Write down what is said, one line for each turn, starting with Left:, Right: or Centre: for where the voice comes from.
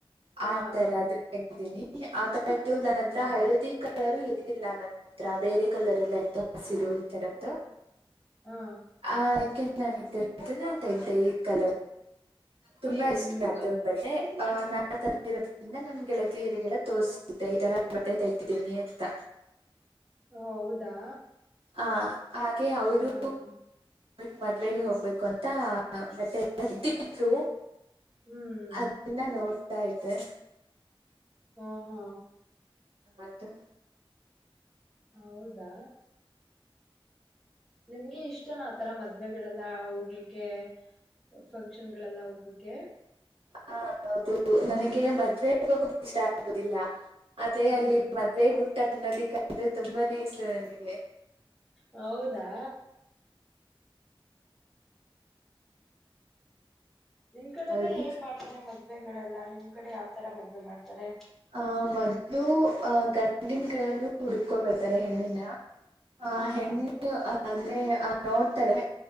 Centre: ಹಾ
Right: ಆ
Centre: ಹಾ
Right: ತರದ ಅದ ತಗ್ದೀನಿ ಆ ಅ <unintelligible> ನನ್ತ್ರ
Centre: ಹ್ಮ್
Right: ಹಳದಿ ಕಲರು ಇರ್ಲಿಲ್ಲ ನನ್ನ ಹತ್ರ ಬೇರೆ ಕಲರ್ ಎಲ್ಲ ಇತು ಹಸಿರು ಈ ತರದ್ದು
Centre: ಹಾ
Right: ಆ ನ ನ ಇದ್ದೆ ಈ ಕಲ ತುಂಬಾ
Centre: ಹ್ಮ್
Right: ಇಷ್ಟ
Centre: ಹ್ಮ್
Right: ನ <unintelligible> ನಾ ತಂದ ಇರೋದ್ರಿಂದ ನನ್ ಗೆಳತಿಯರಿಗೆಲ್ಲ ತೋರ್ಸಿದ್ದೆ ಈ ತರ ಬಟ್ಟೆ ತೆಗಿದ್ದೀನಿ ಅಂತ
Centre: ಹೌದಾ
Right: ಹ ಹಾಗೆ ಅವರು
Centre: ಹಾ ಹಾ
Right: ಕ್ ಮದುವೆಗೆ ಹೋಗ್ಬೇಕು ಅಂತ ಮತ್ತೆಿದ್ರು
Centre: ಹ್ಮ್
Right: ಅದನ್ನ ನೋಡ್ತಾ ಇತೆ
Centre: ಹಾ ಹಾ
Right: ಅದು
Centre: ಹೌದಾ ನಿಮ್ಗೆ ಇಷ್ಟನ ಆತರ ಮದ್ವೆಗಳೆಲ್ಲ ಹೋಗ್ಲಿಕ್ಕೆ ಫಂಕ್ಷನ್ ಗಳೆಲ್ಲ ಹೋಗ್ಲಿಕ್ಕೆ
Right: ಹ ಹೌದು ನನಗೆ ಮದ್ುವೆ ಇವಾಗ ಇಷ್ಟ ಆಗುದಿಲ್ಲ ಆದೆ
Centre: ಹ್ಮ್
Right: ಅಲ್ಲಿ <inaudible> ಅದೇ ಊಟ ತಿನ್ನೋದಕ್ಕೆ ಅಂದ್ರೆ ತುಂಬಾನೇ ಇಷ್ಟ ನನಗೆ
Centre: ಹೌದಾ ನಿಮ್ ಕಡೆ
Right: ಹೌದು
Centre: ಎಲ್ಲಾ ಹೇಗ್ ಮಾಡ್ತಾರೆ ಮದ್ವೆಗಳೆಲ್ಲಾ ನಿಮ್ ಕಡೆ ಯಾವ್ತರ ಮದ್ವೆ ಮಾಡ್ತಾರೆ
Right: ಆಹ ಮೊದಲು ಆ ಗಂಡಿನ ಕಳವರು ಹುಡ್ಕೊಬೇಕತಾರೆ ಹೆಣ್ಣಿನ ಆ
Centre: ಹಾ
Right: ಹೆಣ್ಣ
Centre: ಹಾ
Right: ಅಂದ್ರೆ ನೋಡ್ತಾರೆ